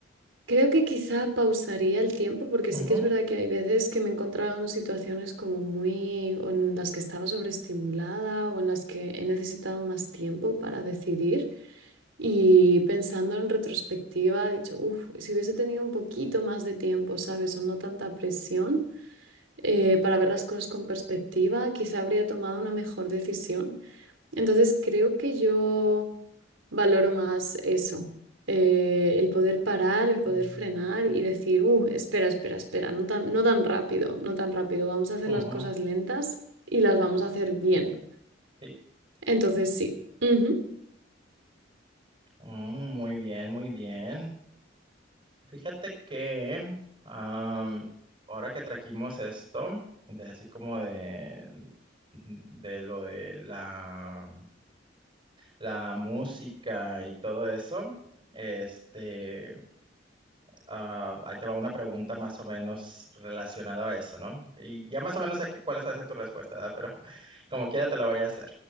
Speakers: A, on the right (about 85°); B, on the right (about 30°).
A: Creo que quizá pausaría el tiempo porque
B: Ujú.
A: sí que es verdad que hay veces que me he encontrado en situaciones como muy o en las que estaba sobreestimulada o en las que he necesitado más tiempo para decidir y pensando en retrospectiva he dicho, uff, si hubiese tenido un poquito más de tiempo, ¿sabes? O no tanta presión eh, para ver las cosas con perspectiva, quizá habría tomado una mejor decisión. Entonces creo que yo valoro más eso, eh, el poder parar, el poder
B: Mm.
A: frenar y decir, uh, espera, espera, espera, no tan, no tan rápido, no tan rápido, vamos a hacer
B: Ujú,
A: las cosas lentas y las vamos a hacer bien.
B: sí.
A: Entonces, sí. Ujú.
B: Mm, muy bien, muy bien. Fíjate que am, ahora que trajimos esto, de así como de, de lo de la, la música y todo eso, este, Ah, ahí te va una pregunta más o menos relacionada a eso, ¿no? Y ya más o menos sé que cuál es hacia tu respuesta, ¿verdad? Pero <laughs> como quiera te la voy a hacer.